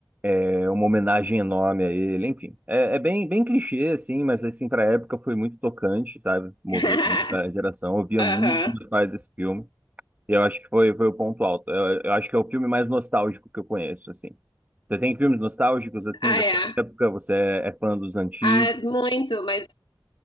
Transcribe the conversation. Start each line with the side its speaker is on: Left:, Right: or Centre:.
Right: é uma homenagem enorme a ele, enfim. É, é bem, bem clichê, assim, mas assim, pra época foi muito tocante, sabe? Moveu
Left: <laughs>
Right: muita geração. Eu via
Left: Aham.
Right: muito com meus pais esse filme. E eu acho que foi, foi o ponto alto. Eu, eu acho que é o filme mais nostálgico que eu conheço, assim. Você tem filmes nostálgicos, assim,
Left: Ah,
Right: dessa
Left: é.
Right: época? Você é, é fã dos antigos?
Left: Ah, muito, mas